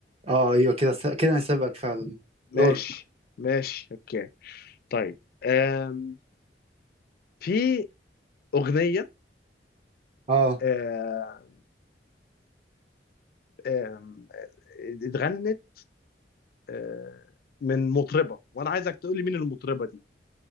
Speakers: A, on the right; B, on the left.
A: اه ايوه كده س... كده انا سابقك فعلا
B: ماشي
A: دورك
B: ماشي اوكي طيب آم، في أغنية
A: اه
B: آه، آم، آه، اتغنت آه، من مطربة وانا عايزك تقول لي مين المطربة دي